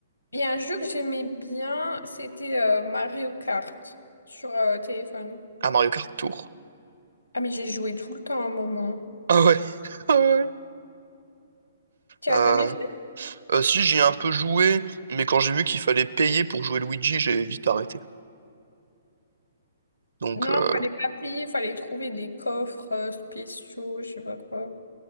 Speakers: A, on the left (about 80°); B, on the right (about 60°).
A: Il y a un jeu que j'aimais bien, c'était euh, Mario Kart sur euh, téléphone.
B: À Mario Kart Tour.
A: Ah mais j'ai joué tout le temps à un moment.
B: Ah ouais. <laughs> Ah ouais.
A: Tu as
B: Euh,
A: jamais joué?
B: euh, si, j'y ai un peu joué, mais quand j'ai vu qu'il fallait payer pour jouer Luigi, j'ai vite arrêté. Donc,
A: Non,
B: euh,
A: fallait pas payer, fallait trouver des coffres euh, spéciaux, je sais pas quoi.